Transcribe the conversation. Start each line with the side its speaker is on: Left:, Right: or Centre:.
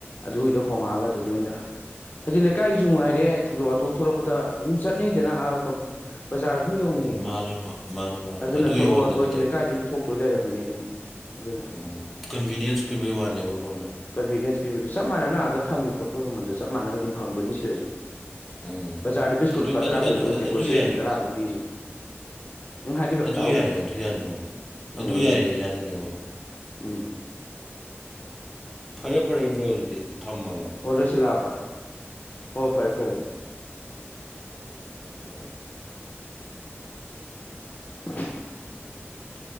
Left: ꯑꯗꯨꯒꯤꯗꯣ ꯍꯣꯉꯛꯑꯒ ꯑꯗꯨꯗ ꯑꯣꯏꯅꯥ ꯍꯥꯏꯗꯤ ꯂꯩꯀꯥꯏꯒꯤꯁꯨ ꯅꯨꯡꯉꯥꯏꯔꯦ ꯊꯧꯗꯣꯛ ꯋꯥꯊꯣꯛ ꯊꯣꯛꯂꯛꯄꯗ ꯑꯗꯨꯝ ꯆꯠꯅꯩꯗꯅ ꯑꯕ ꯀꯄ ꯕꯖꯥꯔ ꯑꯗꯨꯝ ꯌꯧꯅꯩꯑꯌꯦꯕ
Centre: ꯃꯥꯅꯦ ꯃꯥꯅꯦ ꯃꯥꯅꯦ
Left: ꯑꯗꯨꯅ
Centre: ꯑꯗꯨ
Left: ꯊꯧꯗꯣꯛ
Centre: ꯌꯧꯍꯟꯗꯕꯤꯗ
Left: ꯋꯥꯊꯣꯛ ꯍꯥꯏꯁꯦ ꯂꯩꯀꯥꯏꯗꯤ ꯑꯗꯨꯝ ꯊꯣꯛꯇꯣꯏ ꯂꯩꯔꯕꯅꯦ ꯑꯗꯨꯝ ꯑꯗꯨꯅ
Centre: ꯎꯝ ꯀꯟꯚꯤꯅꯤꯌꯦꯟꯁ ꯄꯤꯕꯩ ꯋꯥꯅꯦꯕ ꯕ꯭ꯔꯣꯅ
Left: ꯀꯟꯚꯤꯅꯦꯟꯁ ꯄꯤꯕꯁꯨ ꯆꯞ ꯃꯥꯟꯅꯅꯥ ꯑꯗ ꯐꯪꯉꯤ ꯄꯣꯠꯇꯨ ꯃꯃꯜꯗꯨꯁꯨ ꯆꯞ ꯃꯥꯟꯅꯅ ꯑꯗꯨꯝ ꯐꯪꯗꯣꯏꯅꯤ ꯁꯤꯗꯁꯨ
Centre: ꯎꯝ
Left: ꯕꯖꯥꯔꯗ ꯕꯤꯁꯀꯨꯠ
Centre: ꯑꯗꯨ
Left: ꯂꯨꯄꯥ ꯇꯔꯥ
Centre: ꯑꯗꯨ
Left: ꯄꯤꯕꯗꯨ
Centre: ꯑꯗꯨ
Left: ꯍꯧꯖꯤꯛ
Centre: ꯑꯗꯨ
Left: ꯒ꯭ꯔꯣꯁꯔꯤꯗ
Centre: ꯌꯥꯏꯌꯦ
Left: ꯇꯔꯥ ꯑꯗꯨꯝ ꯄꯤꯔꯤꯁꯤꯅꯤ ꯎꯝ ꯍꯥꯏꯕꯤꯔꯛꯑꯣ
Centre: ꯑꯗꯨ
Left: ꯇꯥꯍꯧꯗ꯭ꯔꯦ
Centre: ꯌꯥꯏꯌꯦ ꯑꯗꯨ ꯌꯥꯅꯤꯡꯉꯦ
Left: ꯎꯝ
Centre: ꯑꯗꯨ
Left: ꯑꯗꯨꯅꯦ
Centre: ꯌꯥꯏꯌꯦ ꯌꯥꯅꯤꯡꯉꯦꯕ
Left: ꯎꯝ
Centre: ꯐꯔꯦ ꯐꯔꯦ ꯕ꯭ꯔꯣ ꯑꯗꯨꯗꯤ ꯊꯝꯃꯒꯦ
Left: ꯍꯣꯏ ꯂꯣꯏꯁꯤꯜꯂꯥꯛꯑꯕ ꯑꯣ ꯐꯔꯦ ꯐꯔꯦ
Centre: ꯍ ꯐꯔꯦ ꯐꯔꯦ
Left: <unintelligible>